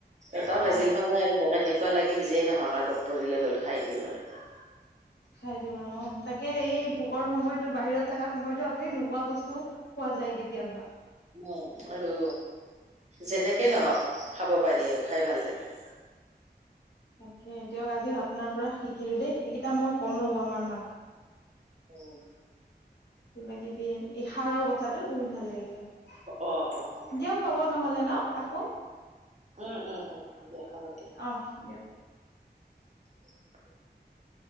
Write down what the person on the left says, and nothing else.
অ
খাই দিম আৰু অ তাকে এই
ভোকৰ সময়তো বাহিৰত থকা সময়তো আপুনি নো খোৱা বস্তু খোৱা যায় কেতিয়াবা।
তাকে দিয়ক আজি আপোনাৰ পৰা শিকিলো দেই এইগেটা মই কম ৰ'ব আমাৰ মাক।
কিবা কিবি এই সাৰৰ কথাটো বহুত ভাল লাগিলে।
দিয়ক হ'ব নহ'লে ন ৰাখোঁ।
অহ দিয়ক।